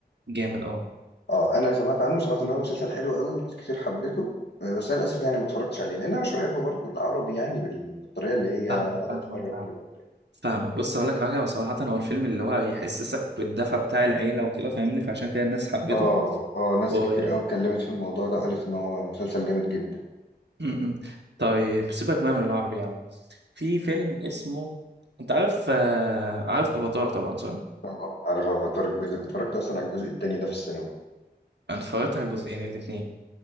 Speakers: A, on the right; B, on the left.
A: جامد اه
B: اه انا سمعت عنه سمعت ان هو مسلسل حلو قوي وناس كتير حبته آه، بس انا للاسف يعني ما اتفرجتش عليه لان انا مش بحب برضه العربي يعني بال- بالطريقه اللي هي
A: فاهمك
B: اقعد
A: فاهمك
B: اتفرج
A: فاهمك
B: كده وبتاع
A: فاهمك بص اقول لك حاجه وصراحه هو الفيلم اللي هو يحسسك بالدفى بتاع العيله وكده فاهمني فعشان كده الناس حبته
B: اه اه ناس
A: و...
B: كتير قوي اتكلمت في الموضوع ده وقالت ان هو مسلسل جامد جدا
A: م- م. طيب سيبك بقى من العربي يا عم في فيلم اسمه انت عارف آه، عارف افاتار طبعا صح
B: طبعا عارف افاتار الجزء اتفرجت اصلا على الجزء التاني ده في السينما
A: انا اتفرجت على الجزئين الاثنين